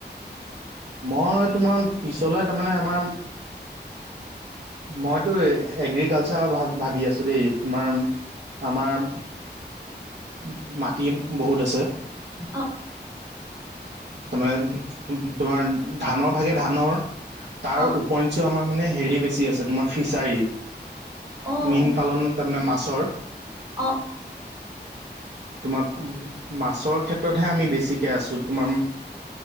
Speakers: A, on the right; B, on the right.
A: মই তোমাৰ পিছলে তাৰমানে আমাৰ মইটো এ এগ্ৰিকালচাৰ ভাৱ ভাৱি আছো দেই। তোমাৰ আমাৰ
B: <inaudible>
A: ম-মাটি বহুত আছে।
B: অ',
A: তাৰ মানে তোমাৰ ধানৰ ভাগে ধানৰ তাৰ
B: অ',
A: উপ পইঞ্চও আমাৰ মানে হেৰি বেছি আছে তোমাৰ ফিচাৰী,
B: অ',
A: মীন পালন তাৰমানে মাছৰ।
B: অ',
A: তোমাৰ মাছৰ ক্ষেত্ৰহে আমি বেছিকে আছো। তোমাৰ